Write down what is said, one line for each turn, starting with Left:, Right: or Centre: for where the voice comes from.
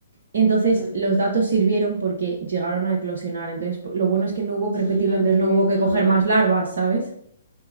Right: Entonces
Left: claro.
Right: los datos sirvieron porque llegaron a eclosionar. Entonces po- lo bueno es que no hubo
Left: Tía,
Right: que repetirlo, entonces
Left: pero
Right: no
Left: qué
Right: hubo
Left: mal.
Right: que coger más larvas, ¿sabes?